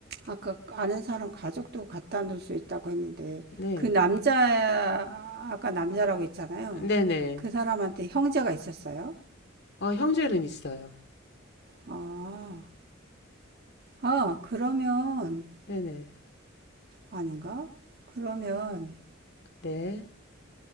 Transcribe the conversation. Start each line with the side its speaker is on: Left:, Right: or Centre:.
Right: 아까 아는 사람 가족도 갖다 놓을 수 있다고 했는데
Left: 네
Right: 그 남자 아까 남자라고 했잖아요.
Left: 네네
Right: 그 사람한테 형제가 있었어요?
Left: 어 형제는 있어요.
Right: 아, 아, 그러면
Left: 네네
Right: 아닌가? 그러면
Left: 네